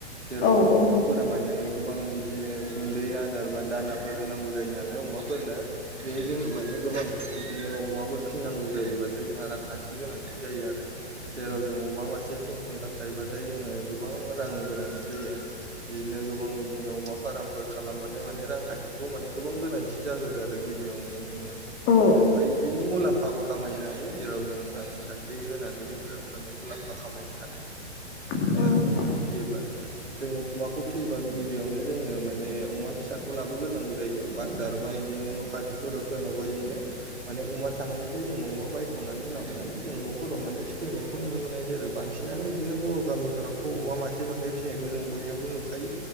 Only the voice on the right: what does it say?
जेराव
जों
अमाफोरा माने गोबां बिदिनो गुन्दै आदार बा दानाफोर होनांगौ जायोना। लाइ अमा फोरनो बे जों माने गोबां बिदिनो अमा फोर फिनांगौ जायोबाथाय जोंहा रां खान्थि नि गोनांथि जायो आरो। जेराव जों अमा मासे फिनो थाखाय बाथाय जोङो गोबां रां गोनांथि जायो। बिदिनो गोबां बिदिनो अमा फाराम फोर खालामबाथाय माने रां खान्थिखौ माने गोबां गोनांथि जागोरो आरो गिबियावनो जोंनो
ओमफ्राय बिदिनो मुलाम्फाबो खामायनो हायो जेराव जों रांखान्थि होनानै जोङो माने मुलाम्फा खामायनो हानाय
जेराव अमाखौ
फियोबा जों अमाखौ फियोबा गिबियावनो जोङो माने अमा फिसाखौ लाबो गोरनांगौ जायो। बाजारबा इदिनो न' खाथि फोराव सोरनावबा इदिनो माने अमा थानाय निफ्राय जोंङो अमा बायख'नानै लाबोनानै जों न' फोराव माने फिफैनायखौ नुनो मोनो जेरै बांसिनानो बिदिनो बर' गामि फोरावथ' अमा मासे मानै फिनायखौ जों बयनियावबो नुखायो